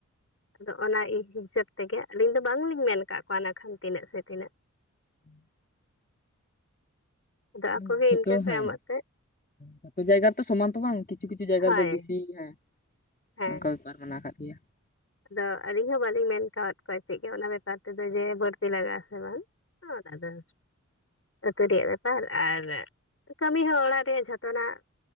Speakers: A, on the left; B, on the left.
A: ᱟᱫᱚ ᱚᱱᱟ ᱤᱧ ᱦᱤᱥᱟᱹᱵᱽᱼᱼ ᱛᱮᱜᱮ ᱟᱹᱞᱤᱧ ᱫᱚ ᱵᱟᱝᱞᱤᱧ ᱢᱮᱱ ᱠᱟᱜ ᱠᱚᱣᱟ ᱱᱟᱠᱷᱟᱱ ᱛᱤᱱᱟᱹᱜ ᱥᱮ ᱛᱤᱱᱟᱹᱜ᱾
B: <inaudible>
A: ᱟᱫᱚ ᱟᱠᱚᱜᱮ
B: ᱟᱫᱽ ᱡᱚᱛᱚ
A: ᱤᱱᱠᱟᱹ ᱠᱚ
B: ᱦᱮᱸ
A: ᱮᱢᱚᱜ ᱛᱮ
B: ᱡᱚᱛᱚ ᱡᱟᱭᱜᱟ ᱨᱮᱛᱚ ᱥᱚᱢᱟᱱ ᱛᱚ ᱵᱟᱝ ᱠᱤ ᱼᱼ ᱠᱤᱪᱷᱩ ᱠᱤᱪᱷᱩ ᱡᱟᱭᱜᱟ
A: ᱦᱳᱭ
B: ᱨᱮᱫᱚ ᱵᱤᱥᱤ ᱦᱮᱸ
A: ᱦᱮᱸ
B: ᱱᱚᱝᱠᱟ ᱵᱮᱯᱟᱨ ᱢᱮᱱᱟᱜ ᱠᱟᱜ ᱜᱮᱭᱟ ᱾
A: ᱟᱫᱚ ᱟᱹᱞᱤᱧ ᱦᱚᱸ ᱵᱟᱹᱞᱤᱧ ᱢᱮᱱ ᱠᱟᱣᱟᱫ ᱠᱚᱣᱟ ᱪᱮᱜ ᱜᱮ ᱚᱱᱟ ᱵᱮᱯᱟᱨ ᱛᱮᱫᱚ ᱡᱮ ᱵᱟᱹᱲᱛᱤ ᱞᱟᱜᱟᱜ-ᱟ ᱥᱮ ᱵᱟᱝ᱾ ᱚᱸᱫᱽ ᱟᱫᱚᱼᱼ ᱟᱹᱛᱩ ᱨᱮᱭᱟᱜ ᱵᱮᱯᱟᱨ ᱟᱨ ᱠᱟᱹᱢᱤ ᱦᱚᱸ ᱚᱲᱟᱜ ᱨᱮᱭᱟᱜ ᱡᱷᱚᱛᱚ ᱱᱟᱜᱼᱼ